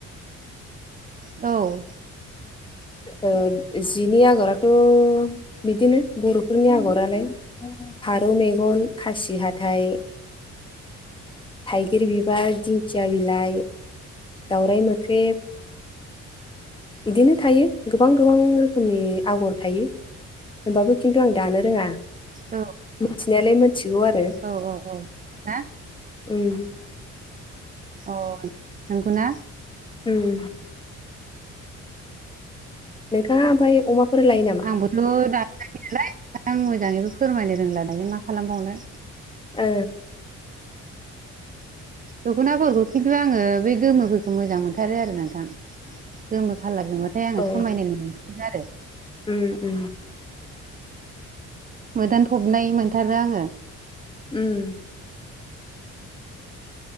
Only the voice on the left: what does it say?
ओ जिनि आगराथ' बिदिनो बर'फोरनि आगरालाय फारौ मेगन खासि हाथाय थाइगिर बिबार दिंखिया बिलाइ दावराइ मोख्रेब बिदिनो थायो गोबां गोबां रोखोमनि आगर थायो। होमबाबो खिन्थु आं दानो रोङा
मिथिनायालाय मिथिगौ आरो
उम
उम नोंथाङा ओमफाय अमाफोर लाय ना
ओ
औ
उम उम।
उम।